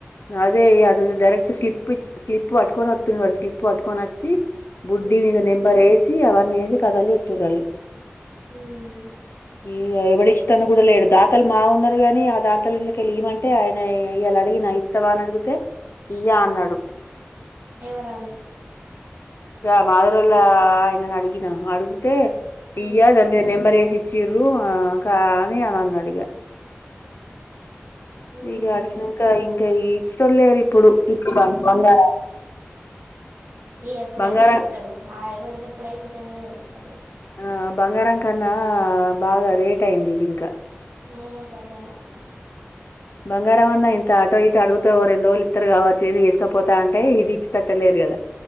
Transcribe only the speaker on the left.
అదే అటు డైరెక్ట్ స్లిప్ స్లిప్ పటుకొని వత్తుండు వాడు స్లిప్ పట్టుకొని అచ్చి బుడ్డి
మీద నెంబర్ ఎసి అవన్నీ ఎసి కథలు చెత్తురు ఆళ్ళు.
ఇగ ఎవడు ఇష్టందుకు కూడా లేడు దాతలు మా ఉన్నరు కాని ఆ దాత అవతల ఇళ్లకెల్లి ఇయమంటే ఆయన ఇయలా అడిగిన ఇత్త ఇత్తవా అని అడిగితే ఇయ్యా అన్నడు.
గా మాధరోల్లా ఆయనను అడిగి నా అడుగుతే
ఇయ్యా దాని మీద నెంబర్ ఎసి ఇచ్చిర్రు. రు కానీ అని అన్నడు. ఇగా
ఇగా అడిగినంకా ఇం గా ఇచ్చేటోల్లు లేరు ఇప్పుడు. ఇప్పుడు బంగారం
బంగారం
ఆ బంగారం కన్నా బాగా రేట్ అయింది ఇది ఇంకా.
బంగారం అన్నా ఇంత ఆటో ఇటో అడుగుతే ఓ రెండు రోజులు ఇత్తరు కావచ్చు. ఇది ఎసుకపోతా అంటే ఇది ఇచ్చేతట్టులేరు కదా.